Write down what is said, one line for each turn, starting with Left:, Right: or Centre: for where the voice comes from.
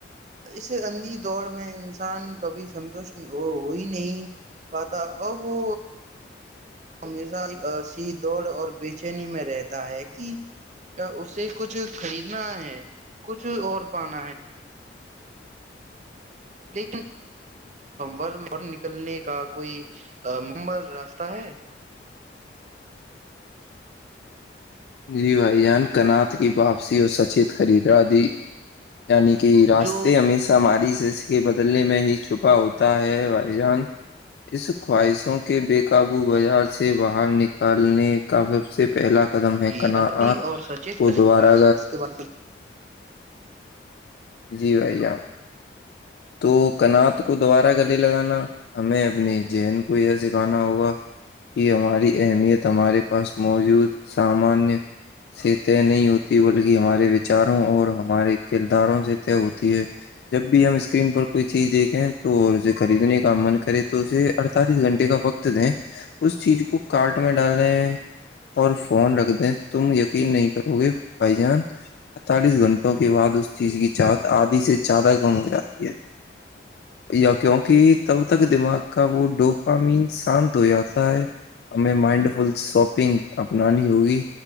Right: اس اندھی دوڑ میں انسان کبھی سنتوشٹ ہوئی نہیں پاتا اب وہ ہمیشہ ایک سی دوڑ اور بے چینی میں رہتا ہے کہ اسے کچھ خریدنا ہے کچھ اور پانا ہے لیکن <inaudible> نکلنے کا کوئی مبل راستہ ہے
Left: جی بھائی جان کنات کی واپسی اور سچت خریدا دی یعنی کہ راستے
Right: جو
Left: ہمیشہ ہماری بدلنے میں ہی چھپا ہوتا ہے بھائی جان اس خواہشوں کے بے قابو بازار سے باہر نکالنے کا سب سے پہلا قدم
Right: جی
Left: کنات
Right: اور سچیت
Left: کو
Right: خریداری
Left: دوبارہ
Right: اس کے بعد
Left: جی بھائ جان تو کنات کو دوبارہ گلے لگانا ہمیں اپنی زہن کو یہ سکھانا ہوگا کہ ہماری اہمیت ہمارے پاس موجود سامانیہ سے طے نہیں ہوتی بلکہ ہمارے وچاروں اور ہمارے کرداروں سے طے ہوتی ہے جب بھی ہم اسکرین پر کوئی چیز دیکھیں تو اسے خریدنے کا من کرے تو اسے اڑتالیس گھنٹے کا وقت تھا اس چیز کو کاٹ میں ڈالنے اور فون رکھ دیں تم یقین نہیں کرو گے بھائی جان اڑتالیس گھنٹوں کے بعد اس چیز کی چاہت آدھی سے زیادہ کم ہو جاتی ہے یا کیوںکہ تب تک دماغ کا وہ ڈوپ مین شانت ہو جاتا ہے ہمیں مائنڈ فل ساپنگ اپنانی ہوگی